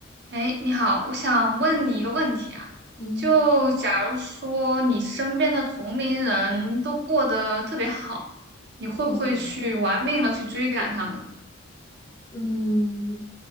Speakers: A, on the right; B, on the left.
A: 哎，你好，我想问你一个问题啊，
B: 嗯
A: 就假如说你身边的同龄人都过得特别好，你会不会去玩命了去追赶他们？
B: 嗯嗯，